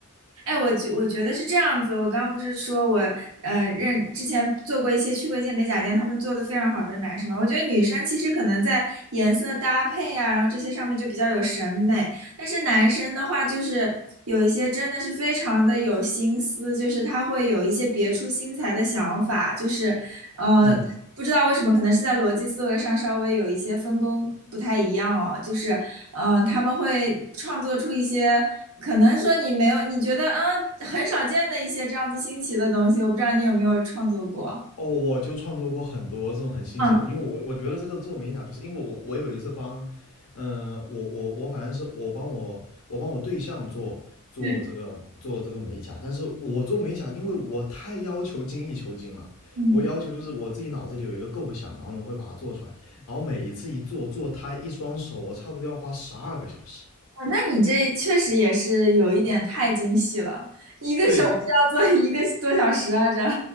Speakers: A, on the right (about 65°); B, on the left (about 80°).
A: 哎，我觉我觉得是这样子。我刚刚不是说我呃认之前做过一些去过一些美甲店，他们做的非常好的男生嘛。我觉得女生其实可能在颜色搭配啊，然后这些上面就比较有审美。但是男生的话，就是有一些真的是非常的有心思，就是他会有一些别出心裁的想法，就是，呃，
B: 嗯，
A: 不知道为什么，可能是在逻辑思维上稍微有一些分工不太一样哦，就是，嗯、他们会创作出一些可能说你没有，你觉得嗯很少见的一些这样子新奇的东西，我不知道你有没有创作过。
B: 哦，我就创作过很多这种很新奇的东西，
A: 嗯
B: 因为我我觉得这个做美甲，就是因为我我有一次帮，嗯、我我我反正是我帮我我帮我对象做做这个做这个美甲，
A: 嗯
B: 但是我做美甲，因为我太要求精益求精了，
A: 嗯。
B: 我要求就是我自己脑子里有一个构想，然后呢我会把它做出来，然后每一次一做做它一双手，我差不多要花十二个小时。
A: 哦，那你这确实也是有一点太精细了，一个手指要做一个多小时啊，
B: 对，因
A: 这。<laughs>